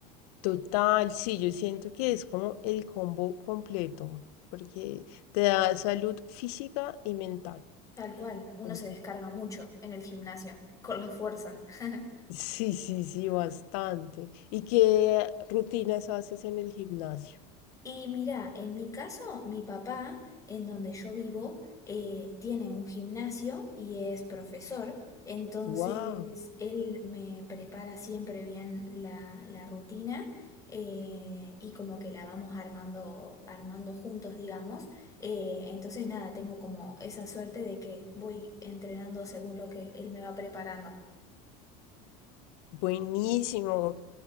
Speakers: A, on the left (about 70°); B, on the left (about 15°).
A: Total, sí, yo siento que es como el combo completo, porque te da salud física y mental.
B: Tal cual, uno
A: Entonces,
B: se descarga mucho en el gimnasio, <laughs> con la fuerza. <laughs>
A: sí, sí, sí, bastante. ¿Y qué rutinas haces en el gimnasio?
B: Y mira, en mi caso, mi papá, en donde yo vivo, eh, tiene un gimnasio y es profesor, entonces
A: ¡Wow!
B: él me prepara siempre bien la, la rutina eh, y como que la vamos armando, armando juntos, digamos. Eh, entonces nada, tengo como esa suerte de que voy entrenando según lo que él me va preparando.
A: Buenísimo.